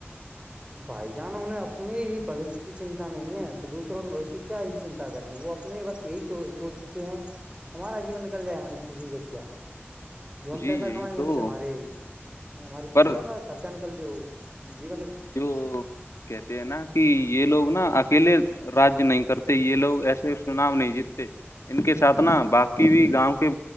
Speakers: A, on the right (about 20°); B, on the left (about 85°).
A: بھائی جان انہیں اپنے ہی بوشیہ کی چنتا نہیں ہے تو دوسروں کے بھیہ کی کیا ہی چن تا کریں گے وہ اپنے بس یہی سوچتے ہیں ہمارا جیو نکل جائےہمیں کسی سے کیا جو ہم
B: جی
A: پیسہ
B: یہی
A: کمائیں
B: تو
A: گے اس سے ہمارے ہماری
B: پر
A: پیڑھیوں کا خرچہ نکل جو جی
B: جو کہتے ہیں نا کہ یہ لوگ نا اکیلے راجیہ نہیں کرتے یہ لوگ ایسے اس کا نام نہیں جیتتے ان کے ساتھ نا باقی بھی گاؤں کے